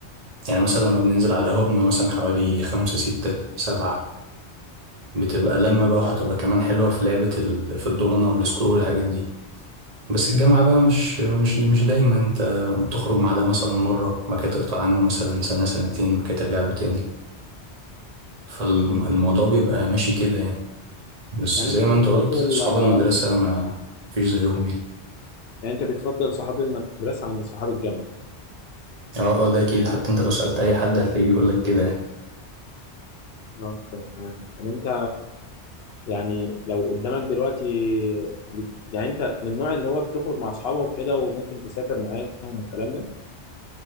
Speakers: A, on the right (about 35°); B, on the left (about 65°).
A: يعني مثلا لما بننزل على القهوه بنبقى مثلا حوالي خمسة ستة سبعة بتبقى لما بقى هتبقى كمان حلوه في لعبه ال... في الدومنه والسكرو والحاجات دي بس الجامعه بقى مش مش مش دايما انت تخرج مع ده مثلا مره ما كده تقطع عنه مثلا سنه سنتين ما كده ترجع له تاني فالموضوع
B: مم.
A: بيبقى ماشي كده يعني بس
B: يعني
A: زي
B: انت بتفضل
A: ما انت قلت صحاب
B: آه،
A: المدرسة ما فيش زيهم يعني
B: يعني انت بتفضل صحاب المدرسة عن صحاب الجامعة
A: اه اه ده اكيد حتى انت لو سألت اي حد هتلاقيه بيقولك كده يعني
B: اه تمام يعني انت يعني لو قدامك دلوقتي بت- يعني انت من النوع اللي هو بتخرج مع اصحابك وكده وممكن تسافر معاهم والكلام ده